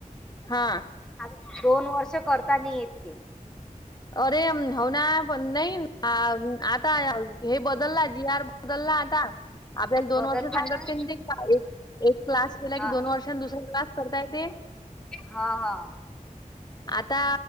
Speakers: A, on the left; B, in the centre.
A: हा
B: आता दोन वर्ष करता नाही येत ते
A: अरे हव ना पण नाही आता हे बदलला जी आर बदलला आता आपल्याला दोन
B: बदलला
A: वर्ष सांगतात
B: का?
A: की ते का एक क्लास केला
B: हा.
A: की दोन वर्षांनी दुसरा क्लास करताय ते
B: हा हा
A: आता